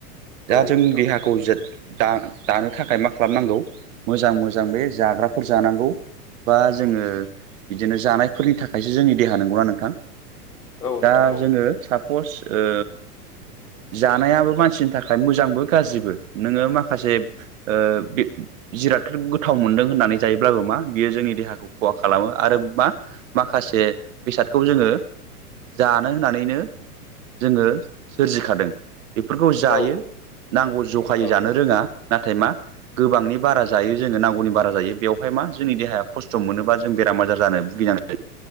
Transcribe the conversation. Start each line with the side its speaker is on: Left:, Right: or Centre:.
Right: दा
Left: औ
Right: जों
Left: नोंथां
Right: देहाखौ
Left: औ
Right: जो दा दानो थाखाय मा खालामनांगौ मोजां मोजां बे जाग्राफोर जानांगौ। बा जोङो बिदिनो जानायफोरनि थाखायसो जोंनि देहा नंगौना नोंथां?
Left: औ नोंथां
Right: दा
Left: औ
Right: जोङो साप'स ओ जानायाबो मानसिनि थाखाय मोजांबो गाज्रिबो नोङो माखासे ओ बे जिरादखौ गोथाव मोनदों होननानै जायोब्लाबो मा बियो जोंनि देहाखौ खहा खालामो आरो मा माखासे बेसादखौ जोङो जानो होननानैनो जोङो सोरजिखादों। बेफोरखौ जायो
Left: औ
Right: नांगौ जखायै
Left: औ
Right: जानो
Left: औ
Right: रोङा। नाथाय मा गोबांनि बारा जायो जोङो नांगौनि बारा जायो बेयाव ओमफाय मा जोंनि देहाया खस्थ' मोनोबा जों बेराम आजार जानो भुगिनांयो।